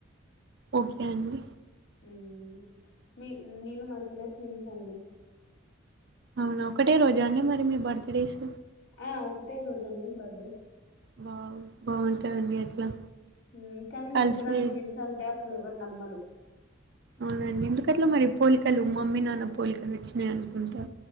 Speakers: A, on the right; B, on the left.
A: ఒకే అండ్
B: ఉమ్ మీ నేను మా చెల్లే ట్విన్స్ అండి.
A: అవునా ఒకటే రోజా అండి మరి మీ బర్త్ డేస్
B: ఆ ఒకటే రోజండి బర్
A: వావ్ బాగుంటదండి అట్లా
B: అమ్ కానీ
A: కలిసి
B: ఇద్దరం ట్విన్స్ అంటే అస్ అసలెవర్ నమ్మరు
A: అవున అండి ఎందుకట్ల మరి పోలికలు మమ్మీ నాన్న పోలికలు వచ్చినాయి అనుకుంటా